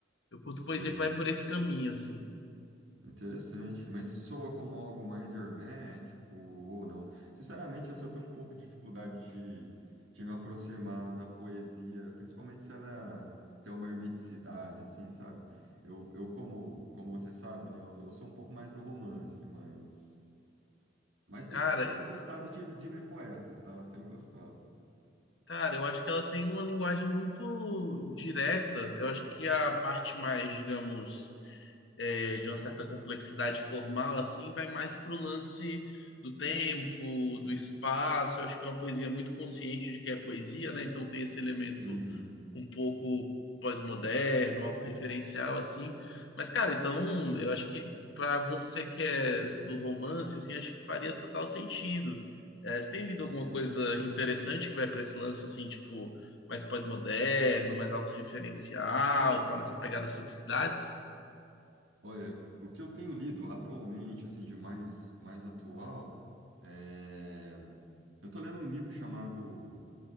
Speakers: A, on the left; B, on the right.
A: Eu curto
B: sei.
A: poesia que vai por esse caminho, assim.
B: Interessante, mas soa como algo mais hermético ou não? Sinceramente, assim, eu tenho um pouco de dificuldade de, de me aproximar da poesia, principalmente se ela tem uma hermeticidade, assim, sabe? Eu, eu como, como você sabe, né, eu, eu sou um pouco mais do romance, mas, mas tenho,
A: Cara,
B: tenho gostado de, de ler poetas, tá? Tenho gostado.
A: Cara, eu acho que ela tem uma linguagem muito direta. Eu acho que a parte mais, digamos, é, de uma certa complexidade formal, assim, vai mais pro lance do tempo, do espaço. Eu acho que é uma poesia muito consciente de que é poesia, né? Então tem esse elemento
B: Uhum,
A: um pouco pós-moderno, autorreferencial, assim. Mas, cara, então eu acho que pra você que é do romance, assim, acho que faria total sentido. É, você tem lido
B: entendo.
A: alguma coisa interessante que vai pra esse lance, assim, tipo, mais pós-moderno, mais autorreferencial, tal, nessa pegada sobre cidades?
B: Olha, o que eu tenho lido atualmente, assim, de mais, mais atual, é. Eu tô lendo um livro chamado,